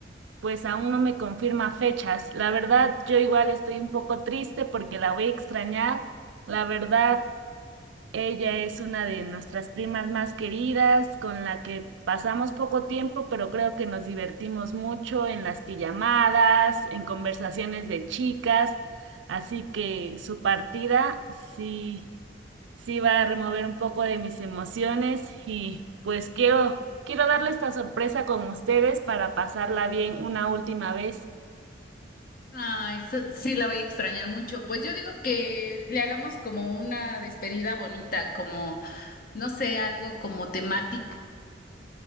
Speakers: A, on the right; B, on the left.
A: pues aún no me confirma fechas. La verdad, yo igual estoy un poco triste porque la voy a extrañar. La verdad, ella es una de nuestras primas más queridas, con la que pasamos poco tiempo, pero creo que nos divertimos mucho en las pijamadas, en conversaciones de chicas. Así que su partida sí. Sí, va a remover un poco de mis emociones y pues quiero, quiero darle esta sorpresa con ustedes para pasarla bien una última vez.
B: Ay, so- sí, la voy a extrañar mucho. Pues yo digo que le hagamos como una despedida bonita, como, no sé, algo como temático.